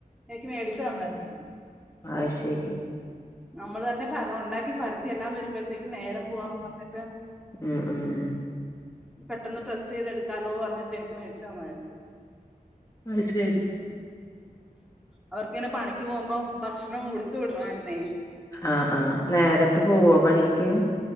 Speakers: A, in the centre; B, on the left (about 20°).
A: എനിക്ക് മേടിച്ചു തന്നായിരുന്നു
B: ആഹ് അത് ശരി
A: നമ്മള് തന്നെ ഉണ്ടാക്കി പരത്തി എല്ലാം വരുമ്പോഴത്തേക്ക് നേരം പോവാന്ന് പറഞ്ഞിട്ട്
B: ഉം ഉം
A: പെട്ടെന്ന് പ്രസ് ചെയ്തെടുക്കാലോ പറഞ്ഞിട്ട് എനിക്ക് മേടിച്ച തന്നമായിരുന്നു
B: അ ശരി
A: അവർക്കങ്ങനെ പണിക്ക് പോകുമ്പോ ഭക്ഷണം ഉടുത്ത വിടണമായിരുന്നേ
B: ആഹ് ആഹ് നേരത്തെ പോവോ പണിക്ക്